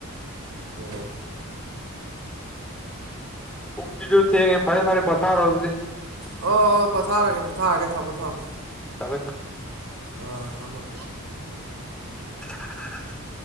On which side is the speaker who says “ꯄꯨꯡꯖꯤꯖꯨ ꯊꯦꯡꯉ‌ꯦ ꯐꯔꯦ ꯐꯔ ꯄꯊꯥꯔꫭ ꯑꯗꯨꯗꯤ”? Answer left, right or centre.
Centre